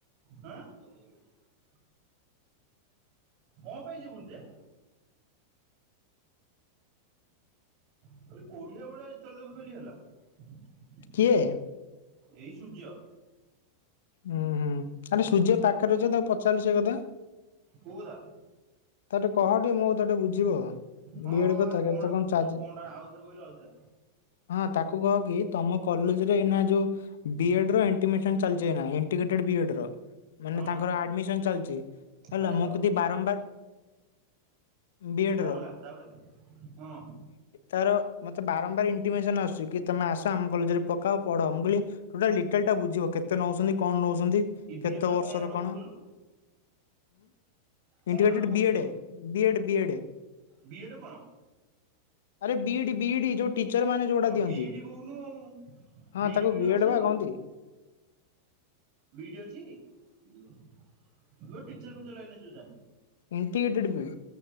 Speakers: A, on the right; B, on the left.
A: ହାଁ। ମ <unintelligible> କଅଁ ପାଇଁ ଯିବୁନ ଯେ ଖାଲି କୋଢିଆ ବେଳିଆ ଯେତେବେଳେ ଦେଖିବୁ ଖଲି ହେଲା।
B: କିଏ?
A: ଏଇ ସୂର୍ଯ୍ୟ।
B: ଉୁଁ ହୁଁ ଆରେ ସୂର୍ଯ୍ୟ ପାଖରେ ଅଛ ତାକୁ ପଚାରିଲୁ ସେଇ କଥା।
A: କୋଉଦା।
B: ତା ଟେ କହ ଟେ ମୋ କଥାଟେ ବୁଝିବ।
A: ହଁ
B: ବିଏଡ
A: ହଁରେ
B: କଥା
A: କଅଁଟା
B: କେତେ କଣ
A: କହୁଥିଲୁ
B: ଚାର୍ଜ
A: କଅଟା ଆଉଥରେ କହିଲୁ ଆଉଥରେ।
B: ହଁ ତାକୁ କହ କି ତମ କଲେଜରେ ଏଇନା ଯୋଉ ବି ଏଡ ର ଏଣ୍ଟିମେସନ ଚାଲି ଯିଏ ନାହିଁଇଣ୍ଟିଗ୍ରେଟେ ବିୟଡର। ମାନେ
A: ହଁ
B: ତାଙ୍କର ଆଡମିସନ ଚାଲିଛି ହେଲା
A: ଆରେ
B: ମୋ କଢିକୁ ବାରମ୍ବାର ବିଏଡ୍
A: କଅଁ
B: ର
A: ହେଲା ତାପରେ ହଁ।
B: ତାର ମତେ ବାରମ୍ବାର ଇଣ୍ଟିମେସନ ଆସୁଛି କି ତମେ ଆସ ଆମ କଲେଜରେ ପକାଅ ପଢ ମୁଁ କହିଲି ଟୋଟାଲ ଡିଟେଲ ଟା ବୁଝିବ କେତେ ନଉଛନ୍ତି କଣ ନଉଛନ୍ତି
A: ଇଭିଏମ୍
B: କେତେ
A: ନା
B: ବର୍ଷର
A: ଗୋଟେ
B: କଣ
A: କହୁଥିଲୁ
B: ଉଇଣ୍ଟିଗ୍ରେଟେଡ
A: କଣଟା ଗୋଟେ କହୁଥିଲୁ
B: ବିଏଡ ବି ଏଡ ବିଏଡ।
A: ବିଏଡ୍ କଣ
B: ଆରେ ବିଇଡି ବି ଡି ଯୋଉ ଟିଚର ମାନେ ଯୋଉଟା ଦିଅନ୍ତି
A: ବିଡି କହୁନୁ ଆଉ।
B: ହଁ
A: ବିଇଡି
B: ତାକୁ
A: ଫିଇଡି
B: ବିଏଡ
A: ଅଛି ନା
B: ବା
A: କଣ
B: କହନ୍ତି।
A: ବିଡ୍ ଅଛି ତୁ ଟିଚର ଫିଚରଲାଇନେ ଯୋଯାଆ।
B: ଇଣ୍ଟିଗ୍ରେଣ୍ଟର ବିଡି।